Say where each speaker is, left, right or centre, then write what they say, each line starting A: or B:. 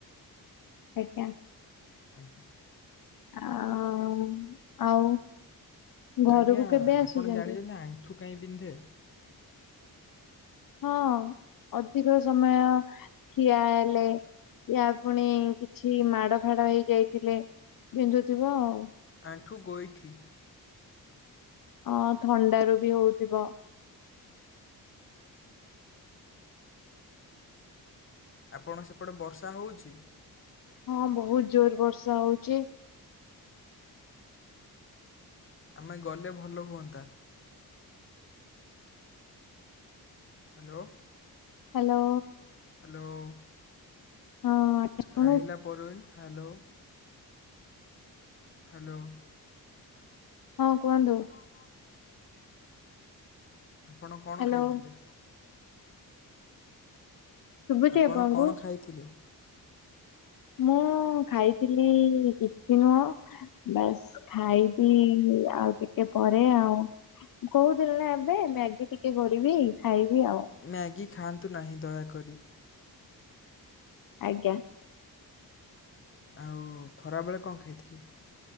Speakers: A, on the left; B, on the left.
A: ଆଜ୍ଞା।
B: ଆଜ୍ଞା।
A: ଆଉ ଆଉ। ଘରକୁ
B: ଆଜ୍ଞା
A: କେବେ ଆସୁଛନ୍ତି?
B: ଆପଣ ଜାଣିଛନ୍ତି ଆଣ୍ଠୁ କାଇଁ ବିନ୍ଧେ।
A: ହଁ ଅଧିକ ସମୟ। ଠିଆ ହେଲେ ୟା ପୁଣି କିଛି ମାଡ଼ ଫାଡ ହେଇ ଯାଇଥିଲେ ବିନ୍ଧୁଥିବ ଆଉ।
B: ଆଣ୍ଠୁ ଗୋଇଠି।
A: ହଁ ଥଣ୍ଡାରୁ ବି ହଉଥିବ।
B: ଆପଣ ସେପଟେ ବର୍ଷା ହେଉଛି?
A: ହଁ ବହୁତ ଜୋର ବର୍ଷା ହଉଛି।
B: ଆମେ ଗଲେ ଭଲ ହୁଅନ୍ତା। ହ୍ୟାଲୋ।
A: ହ୍ୟାଲୋ।
B: ହ୍ୟାଲୋ
A: ହଁ ଶୁଣୁ
B: ରାହିିଲା ପରୁନ ହ୍ୟାଲୋ? ହ୍ୟାଲୋ।
A: ହଁ କୁହନ୍ତୁ।
B: ହଁ ହଁ ହଁ। ଆପଣ କଣ
A: ହ୍ୟାଲୋ
B: ଖାଇଥିଲେ?
A: ଶୁଭୁଛି
B: ଆପଣ
A: ଆପଣଙ୍କୁ?
B: କଣ ଖାଇଥିଲେ?
A: ମୁଁ ଖାଇଥିଲି ୟିପି ମ। ବାସ୍ ଖାଇବି ଆଉ ଟିକେ ପରେ ଆଉ। କହୁଥିଲି ନା ଏବେ ମ୍ୟାଗି ଟିକେ କରିବି ଖାଇବି ଆଉ।
B: ମ୍ୟାଗି ଖାଆନ୍ତୁ ନାହିଁ ଦୟାକରି।
A: ଆଜ୍ଞା।
B: ଆଉ ଖରାବେଳେ କଣ ଖାଇଥିଲେ?